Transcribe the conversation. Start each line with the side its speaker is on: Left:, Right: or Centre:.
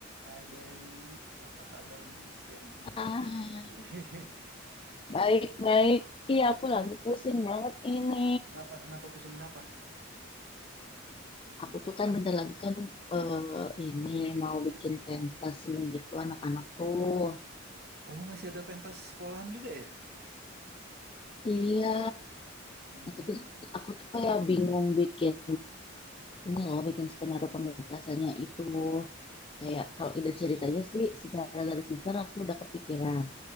Right: Hai Deli, apa kabarmu siang ini?
Left: Ah,
Right: <laughs>
Left: baik-baik. Iya,
Right: Baik
Left: aku lagi
Right: ya.
Left: pusing banget ini.
Right: Kenapa? Kenapa? Pusing kenapa? Pusing
Left: Aku
Right: kenapa?
Left: tuh kan bentar lagi kan eh, ini mau bikin pentas nih gitu anak-anak tuh.
Right: Oh, masih ada pentas sekolahan juga ya?
Left: Iya,
Right: Mhm.
Left: nah, tapi aku tuh kayak bingung bikin ini loh, bikin skenario pementasannya itu. Kayak kalau ide ceritanya sih secara garis besar aku udah kepikiran.